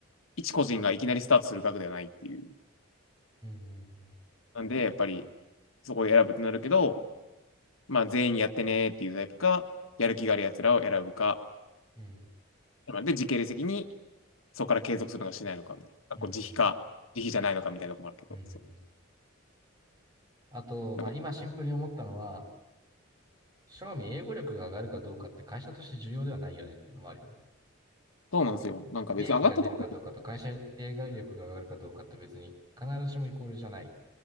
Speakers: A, on the left (about 80°); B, on the right (about 20°).
A: 一個人がいきなりスタートする額ではないっていう。
B: う。うんうんうん。
A: なんで、やっぱり、そこで選ぶってなるけど、まあ、全員やってねーっていうタイプか、やる気がある奴らを選ぶか。
B: うん。
A: で、時系列的にそこから継続するのかしないのかみたいな、
B: うん。
A: こう自費か、自費じゃないのかみたいなとこもあるけど、
B: うん。うんうん
A: そう。
B: あと、まあ、
A: だから
B: 今シンプルに思ったのは、正味英語力が上がるかどうかって会社として重要ではないよねっていうのもあるよね。
A: そうなんですよ。なんか別に上がったところ、
B: 利益が出るかどうかと会社英語力が上がるかどうかって別に必ずしもイコールじゃない。